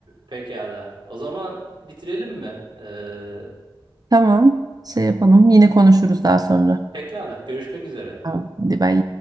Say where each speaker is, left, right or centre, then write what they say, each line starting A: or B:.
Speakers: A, on the right (about 60°); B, on the right (about 45°).
A: Pekala. O zaman bitirelim mi? Ee,
B: <laughs> Tamam. Şey yapalım. Yine konuşuruz daha sonra.
A: pekala. Görüşmek üzere.
B: Tamam. Hadi bay.